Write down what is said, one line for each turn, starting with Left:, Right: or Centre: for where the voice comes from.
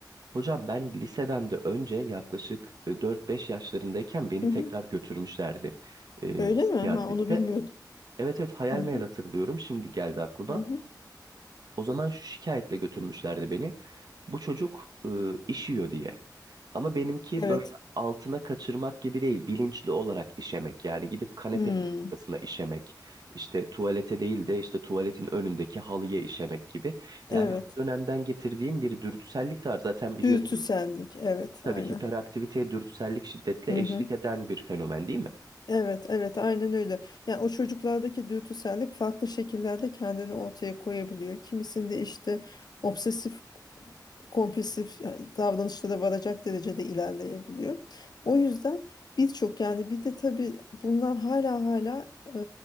Right: Hocam ben liseden de önce yaklaşık e, 4-5 yaşlarındayken beni
Left: Hı
Right: tekrar
Left: hı.
Right: götürmüşlerdi e,
Left: Öyle
Right: psikiyatriste.
Left: mi? Ha, onu bilmiyordum.
Right: Evet evet hayal
Left: Hı hı.
Right: meyal hatırlıyorum şimdi geldi aklıma.
Left: Hı hı.
Right: O zaman şu şikayetle götürmüşlerdi beni. Bu çocuk e, işiyor diye. Ama benimki
Left: Evet.
Right: böyle altına kaçırmak gibi değil, bilinçli olarak işemek. Yani gidip kanepenin
Left: Hmm.
Right: arkasına işemek, İşte tuvalete değil de işte tuvaletin önündeki halıya işemek gibi. Yani
Left: Evet.
Right: o dönemden getirdiğim bir dürtüsellik de var zaten biliyorsunuz.
Left: Dürtüsellik, evet,
Right: Tabii
Left: aynen.
Right: hiperaktiviteye dürtüsellik şiddetle
Left: Hı
Right: eşlik
Left: hı.
Right: eden bir fenomen değil mi?
Left: Evet, evet, aynen öyle. Yani o çocuklardaki dürtüsellik farklı şekillerde kendini ortaya koyabiliyor. Kimisinde işte obsesif kompulsif yani davranışlara varacak derecede ilerleyebiliyor. O yüzden birçok yani bir de tabii bunlar hala hala e,